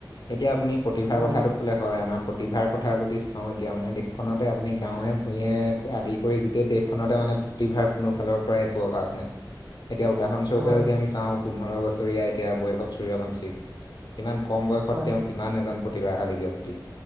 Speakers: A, on the left; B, on the right.
A: এতিয়া আপুনি প্ৰতিভাৰ
B: হয়
A: কথাটো ক'লে হয়। আমাৰ প্ৰতিভাৰ কথা যদি চাওঁ, এতিয়া মানে দেশখনতে আপুনি গাঁৱে ভূঞে আদি কৰি গোটেই দেশখনতে মানে প্ৰতিভাৰ কোনো ফালৰ পৰাই একো অভাৱ নাই এতিয়া উদাহৰ স্বৰূপে
B: হয়
A: যদি আমি চাওঁ। পোন্ধৰ বছৰীয়া এতিয়া বৈভৱ চুৰীয়াবঞ্চিক ইমান কম বয়সত
B: হয়
A: তেওঁ কিমান এজন প্ৰতিভাশালী ব্যক্তি,